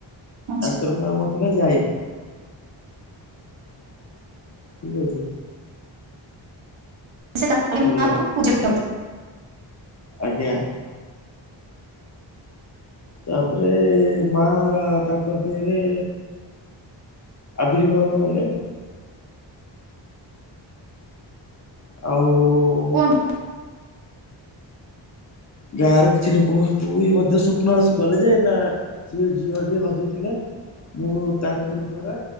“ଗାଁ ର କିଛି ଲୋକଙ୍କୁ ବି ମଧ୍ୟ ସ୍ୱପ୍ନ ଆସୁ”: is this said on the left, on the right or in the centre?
Left